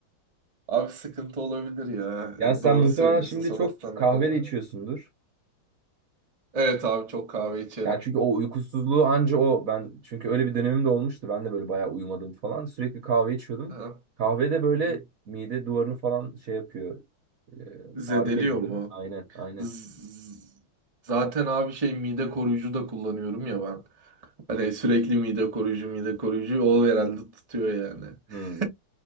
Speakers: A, on the right (about 25°); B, on the right (about 55°).
A: Abi sıkıntı olabilir ya.
B: Yani
A: E,
B: sen
A: Doğru
B: muhtemelen
A: söylüyorsun
B: şimdi
A: sanatsanlık
B: çok kahve
A: olmuyor.
B: de içiyorsundur.
A: Evet abi çok kahve içerim.
B: Yani çünkü o uykusuzluğu anca o ben çünkü öyle bir dönemim de olmuştu. Ben de böyle bayağı uyumadım falan. Sürekli kahve içiyordum.
A: Aha.
B: Kahve de böyle
A: Hı hı.
B: mide duvarını falan şey yapıyor. E,
A: Zedeliyor
B: tarif ediyor.
A: mu?
B: Aynen, aynen.
A: Z- Zaten abi şey mide koruyucu da kullanıyorum ya ben. Hani sürekli mide koruyucu mide koruyucu o herhalde tutuyor yani. <laughs>
B: Hmm.